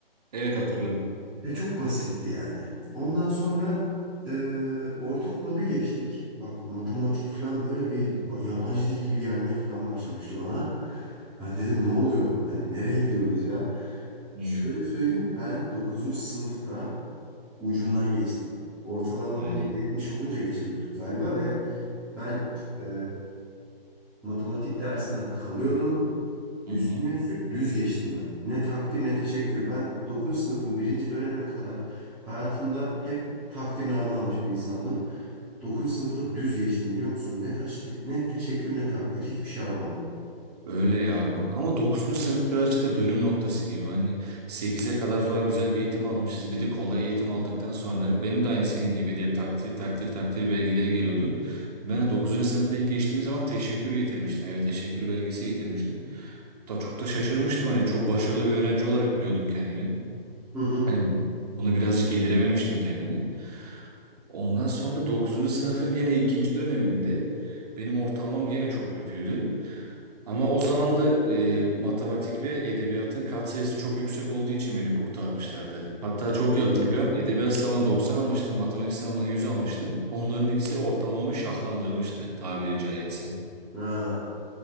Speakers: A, on the right (about 40°); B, in the centre.
A: Evet hatırlıyorum.
B: E çok basitti yani. Ondan sonra e, ortaokula bir geçtik. Bak matematik falan böyle bir ba- yabancı dil gibi gelmeye falan başlamıştı bana. Ben dedim ne oluyor? Hani nereye gidiyoruz ya?
A: Evet.
B: Şöyle söyleyeyim ben dokuzuncu sınıfta ucundan geçtim. Ortalama
A: Hmm.
B: hani 70 olunca geçebiliyorduk galiba ve ben e, matematik dersinden kalıyordum.
A: Hı
B: Üstüne
A: hı.
B: üstlük düz geçtim ben. Ne takdir ne teşekkür. Ben 9. sınıfın birinci dönemine kadar hayatımda hep takdirname almış bir insandım. 9. sınıfta düz geçtim biliyor musun? Ne taş ne teşekkür ne takdir hiçbir şey alamadım.
A: Öyle ya. Ama dokuzuncu sınıf birazcık da dönüm noktası gibi. Hani sekize kadar falan güzel bir eğitim almışız. Bir de kolay eğitim aldıktan sonra benim de aynı senin gibiydi. Hep takdir takdir takdir belgeleri geliyordu. Ben de dokuzuncu sınıfa ilk geçtiğim zaman teşekkür getirmiştim. Evet teşekkür belgesi getirmiştim. Da çok da şaşırmıştım. Hani çok başarılı bir öğrenci olarak biliyordum kendimi.
B: Hı hı.
A: Hani bunu birazcık yedirememiştim kendimi. Ondan sonra dokuzuncu sınıfın gene ikinci döneminde benim ortalamam gene çok kötüydü. Ama o zaman da e, matematik ve edebiyatın katsayısı çok yüksek olduğu için beni kurtarmışlardı. Hatta çok
B: Hı.
A: iyi hatırlıyorum. Edebiyat sınavından 90 almıştım, matematik sınavından 100 almıştım. Onların ikisi ortalamamı şahlandırmıştı tabiri caizse.
B: Ha.